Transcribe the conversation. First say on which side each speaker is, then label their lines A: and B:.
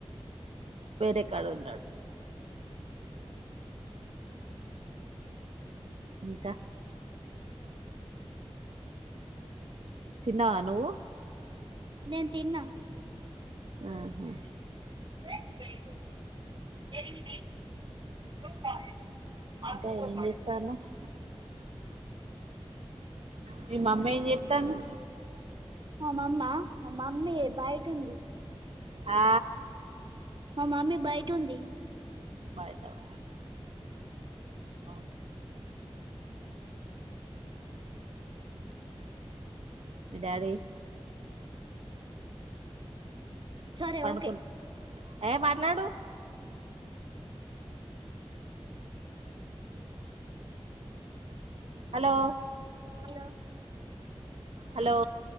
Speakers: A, on the right; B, on the right.
A: వేరేకాడ ఉన్నడు ఇంకా తిన్నవ నువ్వు
B: నేను తిన్న
A: ఆహా
B: ఫోన్ పె లు ఎనిమిది రూపాయలు అందుకోబడింది
A: ఇంకా ఏం చేస్తాన్నావ్ మీ మమ్మీ ఏం చేత్తాంది
B: మా మమ్మ మా మమ్మీ బయట ఉంది
A: ఆ
B: మా మమ్మీ బయట ఉంది
A: బయటన ఆ ఓకే మీ డాడీ
B: సరే
A: పండుకుని
B: ఓకే
A: ఏ మాట్లాడు హలో
B: హలో
A: హలో